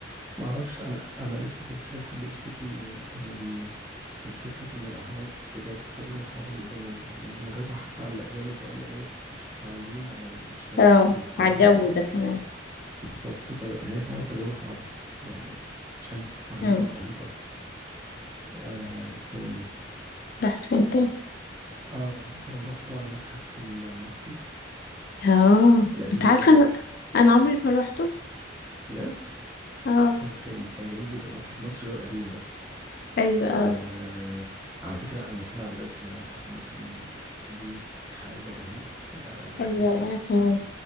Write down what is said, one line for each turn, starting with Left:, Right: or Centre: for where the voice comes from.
Right: ما اعرفش انا انا لسه كنت شايف حد بيشتكي من ان ال... من فكره ان الاهرامات بجد تجربه صعبه جدا و- ومرهقه حتى على الاجانب لان الاجانب مش متعودين على الشمس
Left: اه
Right: والحر
Left: على الجو
Right: وال...
Left: ده كمان
Right: بالظبط ف- فهي فعلا تجربه صعبه يعني شمس رهيبه
Left: مم.
Right: رهيبه آه... ايه تاني
Left: رحت فين تاني
Right: اه كنا بنروح طبعا المتحف المصري
Left: اه
Right: القديم
Left: انت عارفة
Right: ده كان
Left: انا انا عمري ما روحته
Right: بجد
Left: اه
Right: <laughs> كان كان جميل جدا المتحف المصري اللي هو القديم ده
Left: ايوه
Right: آه
Left: اه
Right: على فكرة أنا سامع دلوقتي إن المتحف المصري الجديد حاجة رهيبة آه
Left: ايوه
Right: نفسي
Left: وانا كمان